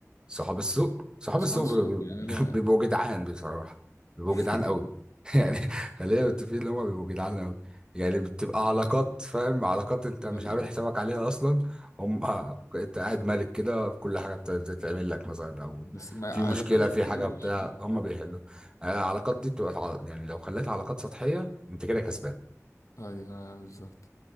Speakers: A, on the right (about 15°); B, on the left (about 75°).
A: صحاب السوق صحاب
B: صحاب
A: السوق
B: السوق
A: بيبقوا
B: بيعملها
A: بيبقوا <laughs> جدعان بصراحة بيبقوا
B: <laughs>
A: جدعان قوي <laughs> يعني خلينا متفقين ان هم بيبقوا جدعان قوي يعني بتبقى علاقات فاهم علاقات انت مش
B: أيوة.
A: عامل حسابك عليها اصلا هم <laughs> انت قاعد مالك كده في كل حاجة بت- بتتعمل لك مثلا او
B: بس ما
A: في
B: علاقات
A: مشكلة
B: برضه
A: في حاجة بتاع
B: مش
A: هم بيحلوا آه، العلاقات دي بتبقى ع- يعني لو خليتها علاقات سطحية انت كده كسبان
B: أيوه بالظبط